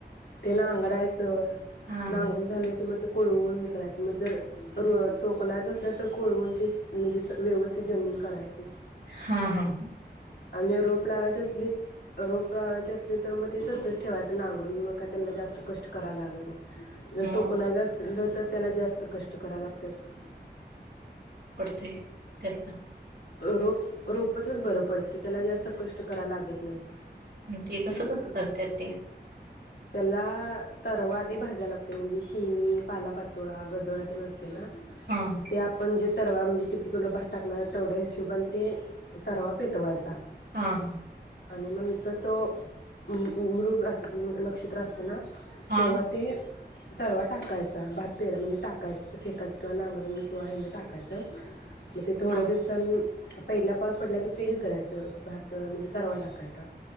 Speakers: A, on the left (about 75°); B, on the right (about 75°).
A: ते ना अंगरायच
B: हां, हां.
A: नांगरी झाले कि मग ते कोळवून हे करायचं मग जर र टोकनायचं असलं तर कोळवून तेच म्हणजे स व्यवस्थित जमीन करायचे
B: हा हा
A: आणि रोप लावायचे असली रोप लावायची असली तर मग ते तसच ठेवायच नांगरून मग का त्याला जास्त कष्ट करावे लागत नाही जर
B: मग
A: टोकण असतील तर तर त्याला जास्त कष्ट कराव लागतात
B: ते त्यात ना
A: रोप रोपचच बरं पडते त्याला जास्त कष्ट करायला लागत नाही
B: ते कसं कसं करत्यात ते
A: त्याला तर व आधी भाजावं लागतं शनि पालापाचोळा गदळातील ना
B: हां,
A: ते आपण जे तरवा म्ह तेे किती किलो भात टाकणार तेवढ्या हिशोबान ते तरवा पेटवायचा
B: हा ह
A: आणि मंत तो मृग अस नक्ष चित्र असते ना
B: हां,
A: तेव्हा ते तरवा टाकायचा भात पेर म्हणजे टाकायचं फेकायचं किंवा नांगरेण किंवा हे टाकायचं मजे थोड्या
B: हां,
A: दिव सांन पहिला पाऊस पडला की ते हे करायचं भात म्हणजे तरवा टाकायचा